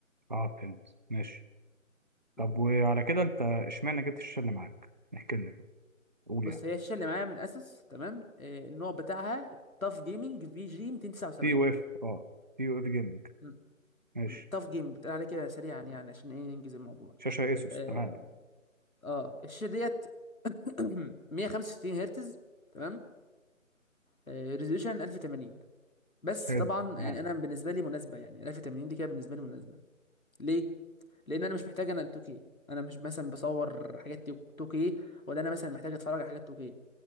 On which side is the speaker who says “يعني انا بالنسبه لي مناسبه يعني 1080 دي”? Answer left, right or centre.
Left